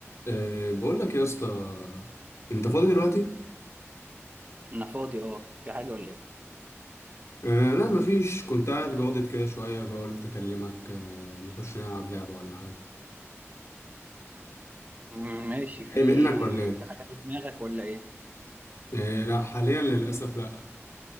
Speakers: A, on the left (about 75°); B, on the right (about 35°).
A: أه بقول لك يا اسطى انت فاضي دلوقتي
B: انا فاضي اه في حاجة ولا ايه
A: أه لا مفيش كنت قاعد جاضد كده شويه فقلت اكلمك أه نخش نلعب لعبه ولا حاجه
B: مم، ماشي
A: جاي
B: في
A: منك ولا ايه
B: في حاجة في دماغك ولا ايه
A: أه لا حاليا للاسف لا